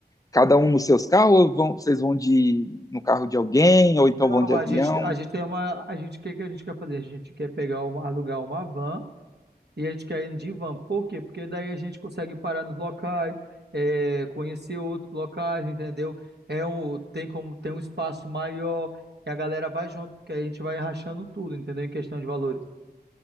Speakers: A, on the left; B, on the right.
A: Cada um nos seus carros ou vão- vocês vão de no carro de alguém ou então
B: Não,
A: vão de avião?
B: a gente a gente tem uma a gente o que que a gente quer fazer? A gente quer pegar uma, alugar uma van E a gente quer ir de van. Por quê? Porque daí a gente consegue parar nos locais, é, conhecer outros locais, entendeu? É um, tem como tem um espaço maior e a galera vai junto, porque a gente vai rachando tudo, entendeu? Em questão de valores.